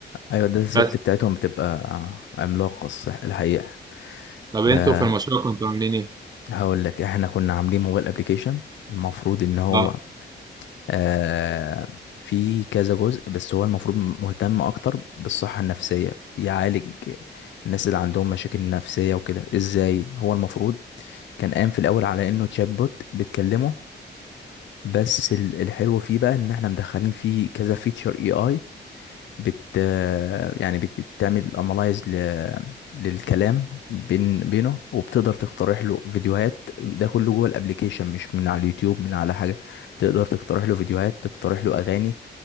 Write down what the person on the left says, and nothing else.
ايوه ده الست
بتاعتهم بتبقى آه، عملاقة الصح الحقيقة
أه
هقول لك احنا كنا عاملين موبايل ابليكيشن المفروض ان هو
أه في كذا جزء بس هو المفروض مهتم اكتر بالصحة النفسية بيعالج الناس اللي عندهم مشاكل نفسية وكده ازاي هو المفروض كان قام في الاول على انه تشات بوت بتكلمه بس ال- الحلو فيه بقى ان احنا مدخلين فيه كذا فيتشر اي اي بت يعني بت... بتعمل انالايز ل... للكلام بين بينه وبتقدر تقترح له فيديوهات ده كله جوه الابليكيشن مش من على اليوتيوب من على حاجة تقدر تقترح له فيديوهات تقترح له اغاني